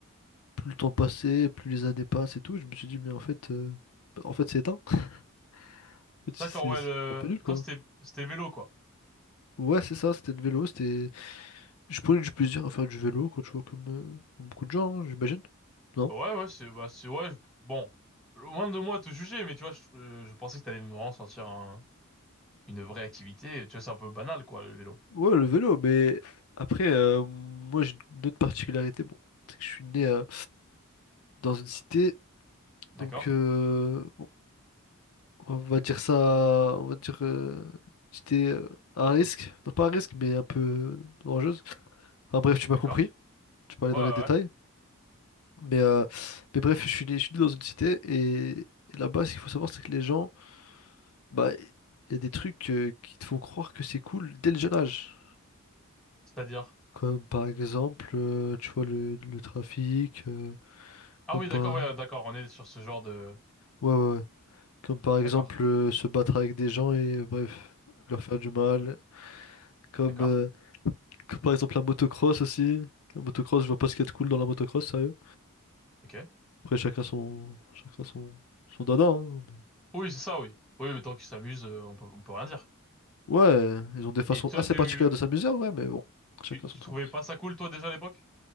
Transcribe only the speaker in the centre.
D'accord, ouais,
le...
toi c'était c'était le vélo quoi.
Ouais, ouais, c'est, bah, c'est, ouais, je- bon, loin de moi te juger, mais tu vois, je, euh, je pensais que t'allais vraiment sentir un- une vraie activité. Tu vois, c'est un peu banal, quoi, le vélo.
D'accord?
D'accord?
Ouais,
ouais,
ouais.
C'est-à-dire?
Ah
oui,
d'accord, ouais, d'accord, on est sur ce genre de...
D'accord,
d'accord,
ok.
Oui, c'est ça, oui. Oui, mais tant qu'ils s'amusent, euh, on peut, on peut rien dire.
Et toi,
tu,
tu,
tu
trouvais pas ça cool, toi, déjà, à l'époque?